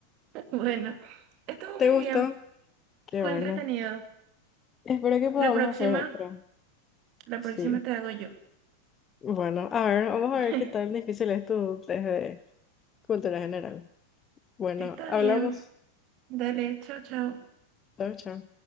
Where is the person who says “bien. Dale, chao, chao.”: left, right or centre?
Right